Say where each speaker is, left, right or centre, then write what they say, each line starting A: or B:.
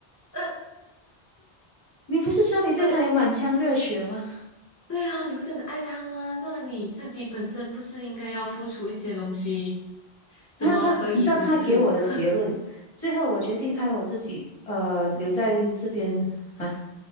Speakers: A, on the left (about 15°); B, on the left (about 35°).
A: 呃，
B: 你不是说你对他有满腔热血吗？
A: 所以对啊，你不是很爱他吗？那你自己本身不是应该要付出一些东西？怎么可以只是
B: 然后他，你知道他给我的结论，
A: <laughs>
B: 最后我决定爱我自己，呃，留在这边啊，